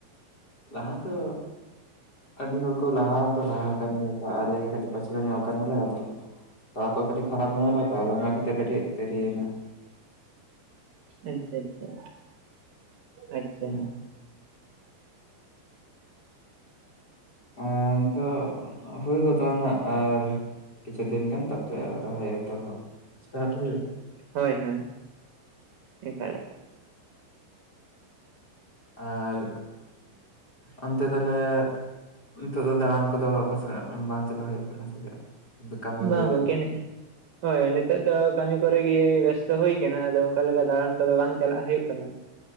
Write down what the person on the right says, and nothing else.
ᱟᱪᱪᱷᱟ ᱟᱪᱪᱷᱟ ᱟᱪᱪᱷᱟ
᱾
ᱦᱳᱭ ᱦᱳᱭ ᱮᱠᱟᱞ ᱮᱠᱟᱞ
ᱵᱟᱝ
ᱜᱚᱝᱠᱮ ᱦᱳᱭ ᱱᱤᱛᱚᱜ ᱫᱚ ᱠᱟᱹᱢᱤ ᱠᱚᱨᱮ ᱜᱮ ᱵᱮᱥᱛᱚ ᱦᱩᱭ ᱟᱠᱟᱱᱟ ᱟᱫᱚ ᱚᱱᱠᱟ ᱞᱮᱠᱟ ᱫᱟᱬᱟᱱ ᱠᱚᱫᱚ ᱵᱟᱝ ᱪᱟᱞᱟᱜ ᱦᱩᱭᱩᱜ ᱠᱟᱱᱟ